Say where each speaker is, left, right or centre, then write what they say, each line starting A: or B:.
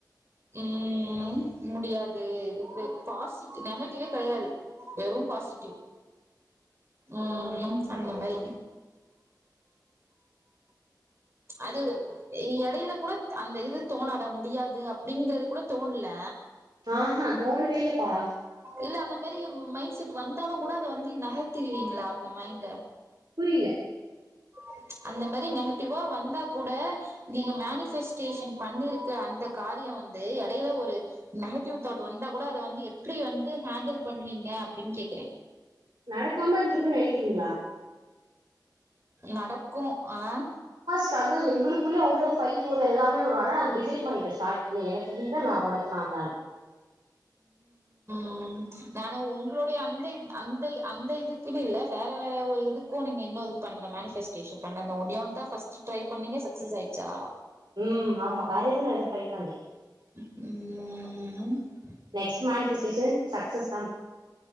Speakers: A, on the right (about 35°); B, on the right (about 80°).
A: ம் முடியாது இது வந்து பாசிட் நெகட்டிவே கெடையாது வெறு பாசிட்டிவ் ம் அந்தமாரி அது எடையில கூட அந்த இது தோணாதா முடியாது அப்டிங்கிறது கூட தோணல
B: ஆஹ தோணவே இல்லப்பா
A: இல்ல அந்த மெரி மைண்ட் செட் வந்தாலு கூட அத வந்து நகத்துவீங்ளா அந்த மைண்ட
B: புரில
A: <inaudible> அந்த மரி நெகட்டிவ்வா வந்தா கூட நீங்க மேனிஃபெஸ்டேஷன் பண்ணிருக்க அந்த காரியோ வந்து எடைல ஒரு நெகட்டிவ் தாட் வந்தா கூட அத வந்து எப்டி வந்து ஹேண்டில் பண்ணுவீங்க அப்டின் கே கேக்குறே
B: நடக்காம இருந்துருக்குன் நெனைக்றீங்ளா
A: நடக்கு ஆ
B: ஸ்டகுல் எங்குளுக்குள்ளே அவ்ளோ ஃபைட் வரு எல்லாமே வரு ஆனா நாங்க டிசைட் பண்ணிட்டோ ஸ்டாட்டிங்ளே எனக் நீதா நா உனக்கு நா தானு
A: ம் நானு ஒங்களுடைய அந்த இ அந்த அந்த இதுக்குன்னு இல்ல வேற வேற ஒரு இதுக்கு நீங்க இன்னு பண்ல மேனிஃபெஸ்டேஷன் பண்ல ஒன்னே ஒன்னு தா ஃபஸ்ட் ட்ரை பண்ணிங்க சக்சஸ் ஆயிடுச்சா
B: ம் ஆமா வேற எது நா எது ட்ரை பண்ல
A: <unintelligible>
B: நெக்ஸ்ட் மேனிஃபெஸ்டேஷன் சக்ஸஸ்